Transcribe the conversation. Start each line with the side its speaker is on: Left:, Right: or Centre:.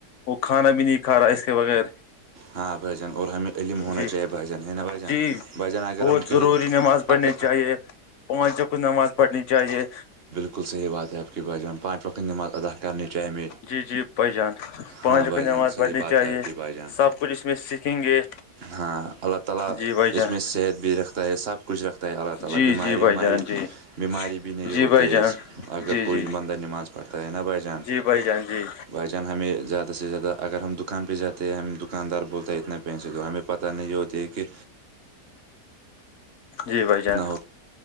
Left: وہ کھانا بھی نہیں کھا رہا اس کے بغیر
Right: ہاں بھجان اور ہمیں علم ہونا
Left: جی
Right: چاہیے بھائیجان ہے نا بھجان
Left: جی
Right: بھائیجان اگر
Left: بہت
Right: ہم کہیں
Left: ضروری نماز پڑھنی
Right: اگر
Left: چاہیے پانچ چکر نماز پڑھنی چاہیے
Right: لحیح بات ہےپ کی بات پانچقت نماز ادا کرنی چاہ ہم
Left: جی جی بھائی جان پانچوں
Right: ہاں باائی
Left: کو
Right: جان
Left: نماز
Right: صحیح
Left: پڑھنی
Right: بات
Left: چاہیے
Right: ہے آپ کی باائی جان
Left: سب کچھ اس میں سیکھیں گے
Right: ہاں اللہ تعالی
Left: جی بھائی جان
Right: اس میں صحت بھی رکھتا ہے سب کچھ رکھتا ہے اللہ تالی
Left: جی
Right: بیماری
Left: جی بھائی
Right: وماری
Left: جان جی
Right: بیماری بھی نہیں
Left: جی
Right: ہوتے
Left: بھائی جان
Right: اس اگر
Left: جی
Right: کوئی
Left: جی
Right: بندہ نماز پڑھتا ہے نا بھائی جان
Left: جی بھائی جان جی
Right: بھائی ہمیں زیادہ سے زیادہ اگر ہم دکان پہ جاتے ہیں ہم دکاندار بولتا ہے اتنا پہنچے دو ہمیں پت نہیں ہوتی ہے کہ
Left: جی بھائی جان
Right: کتنا ہو